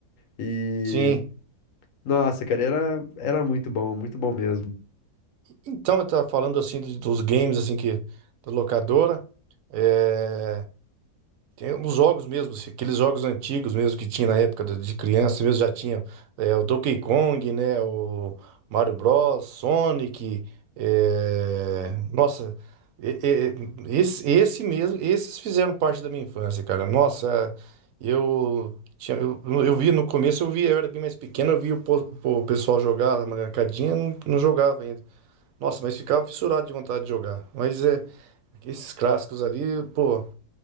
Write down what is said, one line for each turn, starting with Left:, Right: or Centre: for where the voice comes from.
Left: E,
Right: Sim.
Left: nossa, cara, era, era muito bom, muito bom mesmo.
Right: Então, eu tava falando, assim, dos dos games, assim, que da locadora. É... Tem os jogos mesmo, assim, aqueles jogos antigos mesmo que tinha na época do- de criança mesmo, já tinha é, o Donkey Kong, né? O Mario Bros, Sonic. é, Nossa, e- e- esse, esse mesmo, esses fizeram parte da minha infância, cara. Nossa, eu tinha, eu, eu vi no começo, eu vi, eu era bem mais pequeno, eu vi o, po- o pessoal jogar na marcadinha, não, não jogava ainda. Nossa, mas ficava fissurado de vontade de jogar. Mas é, esses clássicos ali, pô.